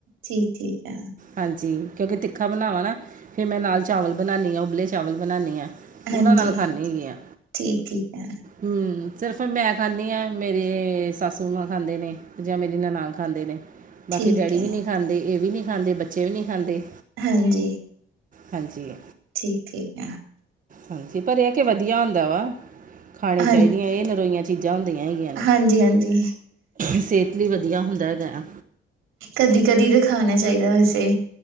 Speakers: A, on the right; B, on the right.
A: ਠੀਕ ਠੀਕ ਐ।
B: ਹਾਂਜੀ, ਕਿਉਂਕਿ ਤਿੱਖਾ ਬਨਾਵਾਂ ਨਾ ਫੇਰ ਮੈਂ ਨਾਲ ਚਾਵਲ ਬਨਾਨੀ ਆਂ ਉਬਲੇ ਚਾਵਲ ਬਨਾਨੀ ਆਂ।
A: ਹਾਂਜੀ
B: ਓਨਾਂ ਨਾਲ ਖਾਨੀ ਐਗੀ ਆਂ।
A: ਠੀਕ ਠੀਕ ਹੈ
B: ਹਮ ਸਿਰਫ ਮੈਂ ਖਾਨੀ ਆਂ, ਮੇਰੇ ਸਾਸੂ ਮਾਂ ਖਾਂਦੇ ਨੇ ਜਾਂ ਮੇਰੀ ਨਨਾਨ ਖਾਂਦੇ ਨੇ। ਬਾਕੀ
A: ਠੀਕ
B: ਡੈਡੀ
A: ਹੈ
B: ਵੀ ਨੀ ਖਾਂਦੇ, ਏ ਵੀ ਨੀ ਖਾਂਦੇ ਬੱਚੇ ਵੀ ਨੀ ਖਾਂਦੇ।
A: ਹਾਂਜੀ।
B: ਹਾਂਜੀ।
A: ਠੀਕ ਠੀਕ ਐ।
B: ਹਾਂਜੀ ਪਰ ਏ ਕੀ ਵਧੀਆ ਹੁੰਦਾ ਵਾ ਖਾਣੀ
A: ਹਾਂ
B: ਚਾਈਦੀਆਂ ਏ ਨਰੋਈਆਂ ਚੀਜ ਜਾਂ ਹੁੰਦੀਆਂ ਹੈਗੀਆਂ ਨੇ
A: ਹਾਂਜੀ ਹਾਂਜੀ
B: ਸਿਹਤ ਲਈ ਵਧੀਆ ਹੁੰਦਾ ਹੈਗਾ ਆ‌।
A: ਕਦੀ ਕਦੀ ਤੇ ਖਾਨਾ ਚਾਹੀਦੈ ਵੈਸੇ